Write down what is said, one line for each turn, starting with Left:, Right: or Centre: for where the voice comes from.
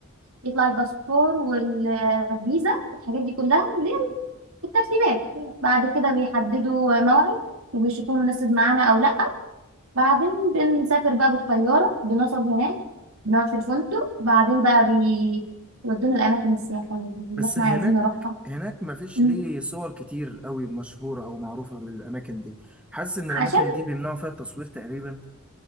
Right: يطلع الباسبور والفيزا والحاجات دي كلها اللي هي الترتيبات بعد كده بيحددوا موعد وبيشوفوا مناسب معانا او لا بعدين بنسافر بقى بالطيارة بنوصل هناك بنقعد في الفندق بعدين بقى بيودونا الأماكن السياحية دي اللي
Centre: بس
Right: احنا
Centre: هناك
Right: عايزين نروحها
Centre: هناك مفيش
Right: مم.
Centre: ليه صور كتير قوي مشهورة او معروفة للاماكن دي حاسس ان
Right: عشان
Centre: الاماكن دي بيمنعوا فيها التصوير تقريبا